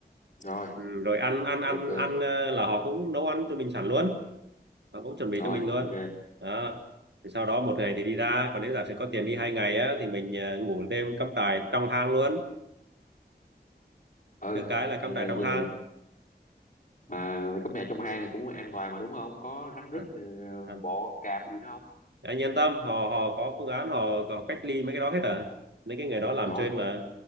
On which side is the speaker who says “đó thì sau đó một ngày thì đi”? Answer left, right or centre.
Right